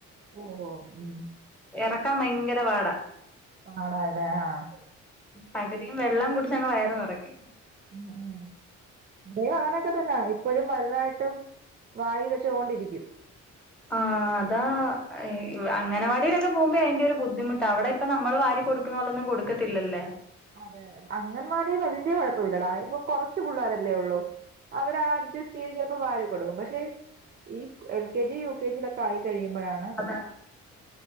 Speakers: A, on the right (about 35°); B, in the centre.
A: ഓഹോ ഉം
B: എറക്കാൻ ഭയങ്കര പാടാ
A: പാടാല്ലേ ആഹ്
B: പകുതിയും വെള്ളം കുടിച്ചങ്ങ് വയറ് നിറക്കും
A: ഉം ഉം ഇവിടെയും അങ്ങാനൊക്കെ തന്ന ഇ ഇപ്പഴും വലുതായിട്ടും വായി വെച്ചോണ്ടിരിക്കും
B: ആഹ് അതാ ഈ അങ്ങനവാടിയിലൊക്കെ പോകുമ്പേ അതിന്റെ ഒരു ബുദ്ധിമുട്ട് അവിടെ പ്പം നമ്മള് വാരി കൊടുക്കുന്നോലൊന്നും കൊടുക്കത്തില്ലല്ലേ
A: അതെ അതെ അംഗൻവാടീല് വല്ലിയ കൊഴപ്പൊല്ലിടാ യിപ്പം കൊറച്ച് പുള്ളാരെല്ലേ ഒള്ളൂ അവരാ അഡ്ജസ്റ്റ് ചെയ്ത് ചിലപ്പോ വാരി കൊടുക്കും പക്ഷെ ഈ എൽ കെ ജി യൂ കെജിലൊക്കെ ആയി കഴിയുമ്പഴാണ്
B: അതാ